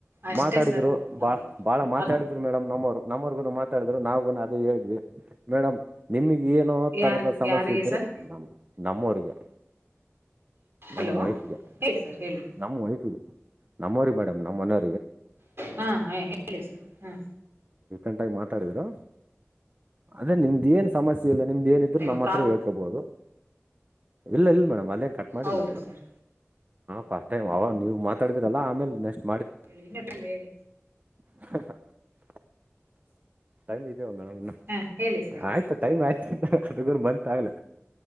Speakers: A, on the right; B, on the right.
A: ಅಷ್ಟೇ
B: ಮಾತಾಡಿದ್ರು
A: ಸರ್
B: ಬಾಳ್
A: ಅದು
B: ಬಾಳ ಮಾತಾಡಿದ್ರು
A: ಅರ್
B: ಮೇಡಮ್ ನಮ್ಮವ್ರು ನಮ್ಮರ್ಗುನು ಮಾತಾಡಿದ್ರು ನಾವವುಗೂ ಅದು ಹೇಳ್ವಿ ಮೇಡಮ್ ನಿಮಗ್ ಏನೋ
A: ಯಾರ
B: ತರದ ಸಮಸ್ಯೆ
A: ಯಾರಿಗೆ
B: ಇದ್ರೆ
A: ಸರ್
B: ನಮ ನಮ್ಮವ್ರಿಗೆ
A: ಹಲೋ
B: ನಮ್ ವೈಫ್ಗೆ
A: ಹೇಳಿ ಸರ್ ಹೇಳಿ
B: ನಮ್ ವೈಫ್ ನಮ್ಮವ್ರ ಮೇಡಮ್ ನಮ್ಮ ಮನ
A: ಹಾ ಹ ಹೇಳಿ ಸ ಹ್ಮ
B: ಂಟ ಮಾತಾಡಿದ್ರು ಅದೇ ನಿಮ್ದ ಏನ್ ಸಮಸ್ಯೆ ಇಲ್ಲ ನಿಮ್ ನ ಇದ್ರು
A: ಅಯ್ಯೋ
B: ನಮ್ಮ್ ಹತ್ರ
A: ಕಾಲ್
B: ಹೇಳ್ಕೋಬಹುದು ಇಲ್ಲ ಇಲ್ಲ ಮೇಡಮ್ ಅ ಕಟ್ ಮಾಡಿಲ್ಲ
A: ಹೌದು
B: ಅದನ್ನ
A: ಸರ್
B: ಫಸ್ಟ್ ಟೈಮ್ ಅವ ನೀವು ಮಾತಾಡಿದರಲ್ಲ ಆಮೇಲೆ ನೆಕ್ಸ್ಟ್
A: ಹೇಳಿ ನಟಲ್ಲ ಹೇಳಿ
B: ಹ <unintelligible> ಟೈಮ್ ಇದ್ಯವ ಮೇಡಮ್ ಇನ್ನು
A: ಹಾ ಹೇಳಿ ಸರ್
B: ಆಯ್ತು ಟೈಮ್ ಆಯ್ತುಂತ ಅಗ ಬಂತ ಆಗ್ಲ